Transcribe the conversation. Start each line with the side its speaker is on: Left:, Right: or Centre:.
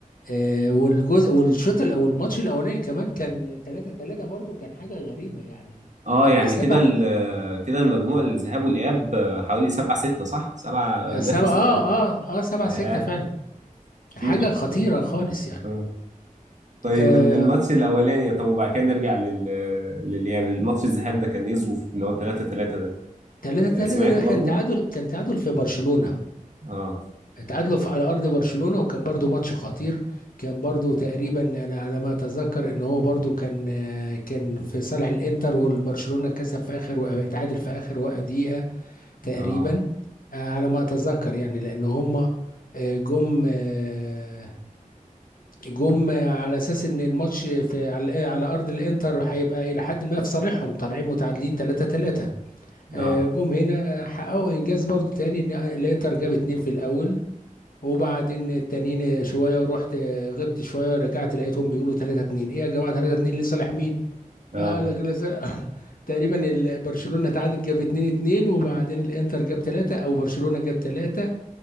Left: آه، والجزء والشوط الأول- والماتش الاولاني كمان كان 3 3 برضو كان حاجه غريبه يعني
Right: اه
Left: يعني
Right: يعني
Left: سبع
Right: كده ال- كده المجموع الذهاب والإياب آه، حوالي سبعة ستة صح؟ سبعة أهداف
Left: سبع
Right: لستة
Left: اه
Right: أهداف
Left: اه اه سبع
Right: آه
Left: ستة فعلا حاجه
Right: كتير
Left: خطيره خالص يعني
Right: اه طيب
Left: آه
Right: ال- الماتش الأولاني طب وبعد كده نرجع لل للإياب الماتش الذهاب ده كان إيه ظروف اللي هو 3 3 ده
Left: 3 3
Right: آه، سمعته
Left: ده كان
Right: برضو؟
Left: تعادل كان تعادل في برشلونه
Right: اه
Left: اتعادلوا في- على ارض برشلونة وكان برضو ماتش خطير كان برضو تقريبا انا على ما اتذكر ان هو برضو كان آه، كان في صالح الانتر والبرشلونة كسب في اخر و- اتعادل في اخر وق- دقيقة تقريبا
Right: اه
Left: آه، على ما اتذكر يعني لان هما آه، جم آه، جم على اساس ان الماتش في على على ارض الانتر هيبقى الى حد ما في صالحهم طالعين متعادلين 3 3
Right: اه
Left: جم هنا حققوا انجاز برضو تاني ان الانتر جاب اتنين في الاول وبعدين التانيين شويه ورحت غبت شويه رجعت لقيتهم بيقولوا 3 2 ايه يا جماعه 3 2 لصالح مين؟
Right: اه
Left: اه لا- لصالح- <laughs> تقريبا ال- برشلونه تعادل جاب 2 2 وبعدين الانتر جاب 3 او برشلونه جاب 3